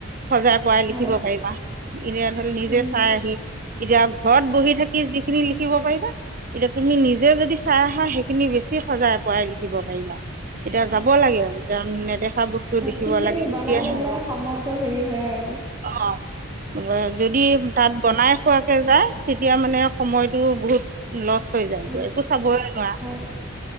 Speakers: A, on the right; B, on the right.
A: সজাই পৰাই
B: হয়
A: লিখিব পাৰিবা এনে ধৰি নিজে
B: উম
A: চাই আহি এতিয়া ঘৰত বহি থাকি যিখিনি লিখিব পাৰিবা এতিয়া তুমি নিজে যদি চাই আহা সেইখিনি বেছি সজাই পৰাই লিখিব পাৰিবা। এতিয়া
B: হয়।
A: যাব লাগে আৰু এতিয়া নেদেখা বস্তু দেখিব
B: টিফিন
A: লাগে
B: বনাই
A: তেতিয়াহে
B: নিলে সময়তটো হেৰি হয় আৰু।
A: অঁ। যদি তাত বনাই খোৱাকে যায় তেতিয়া মানে সময়তটো বহুত লছ চ হৈ যায়,
B: উম
A: একো
B: উম
A: চাবয়ে নোৱাৰা।
B: হয়